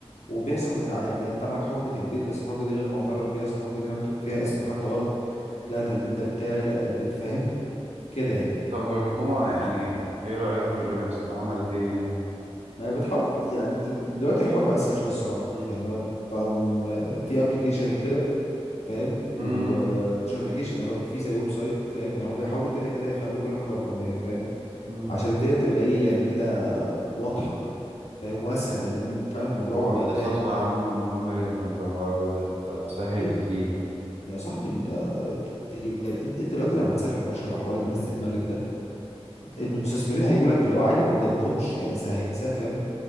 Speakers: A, on the left (about 85°); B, on the right (about 80°).
A: وبيحصل نزاعات يعني انت معاك حجه البيت بس الحجه دي غير معترف بيها اصل الحجه دي مكتوب فيها اسم حد غلط لا ده البيت ده بتاعي لا ده البيت فاهم كده يعني
B: طب والحكومة يعني ايه رأيها في اللي بيحصل ده عملت ايه يعني
A: ما بتحاول يعني انت دلوقتي الحوار بقى اسهل شويه الصراحه
B: مم.
A: يعني هو بقوا م- في ابلكيشن كده فاهم ومش
B: مم.
A: ابلكيشن يا رب في زي ويب سايت فاهم يعني هم بيحاولوا كده كده يخلوا كل حاجه رقميه فاهم
B: مم.
A: عشان الدنيا تبقى ايه يعني كده واضحه فاهم واسهل لان فعلا الموضوع
B: طب والله
A: بارد
B: دي خطوة يا عم مهمة جدا في الحوار ده دي هت- هتسهل
A: ايوه
B: كتير
A: يا صاحبي إن ده دي- يعني انت انت دلوقتي لما تسال حوار شبه حوار ان الناس تتملك ده المستثمرين هيقول لك اللي هو عادي ما تقضهمش يعني سهل سا- فاهم